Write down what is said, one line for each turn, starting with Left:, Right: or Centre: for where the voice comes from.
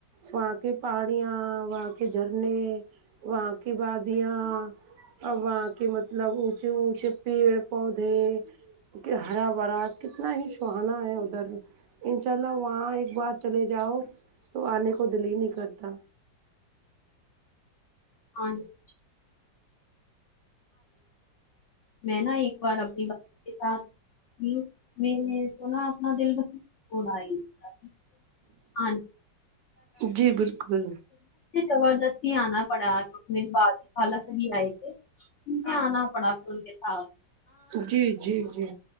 Right: وہاں کی پہاڑیاں وہاں کے جھرنے وہاں کی وادیاں اور وہاں کے مطلب اونچے اونچے پیڑ پودے کہ ہرا بھرا کتنا ہی سہانا ہے ادھر انشاء اللہ وہاں ایک بار چلے جاؤ تو آنے کو دل ہی نہیں کرتا
Left: ہاں جی میں نا ایک بار اپنی باجی کے ساتھ پھر میں تو نا اپنا دل بولی تھی نا ہاں
Right: جی بالکل
Left: زبردستی آنا پڑا کیونکہ میرے باجی قالا سبھی آئے تھے ہ آنا پڑا پ ان کے ساتھ
Right: جی جی جی